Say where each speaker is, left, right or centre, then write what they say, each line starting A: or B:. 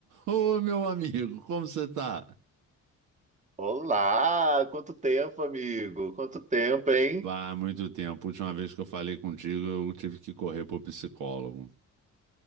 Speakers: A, on the right (about 80°); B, on the right (about 25°).
A: Ô, meu amigo, como você tá?
B: Olá, quanto tempo, amigo? Quanto tempo, hein?
A: Rapaz, muito tempo. A Última vez que eu falei contigo, eu tive que correr pro psicólogo.